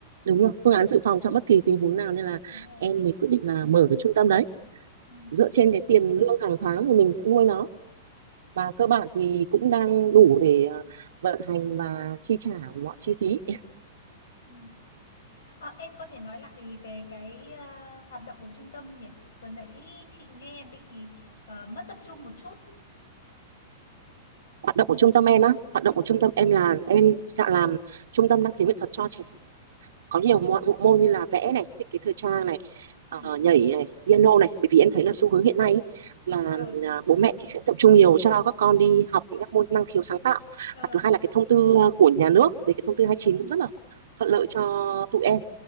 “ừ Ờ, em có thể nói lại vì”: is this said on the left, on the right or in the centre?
Left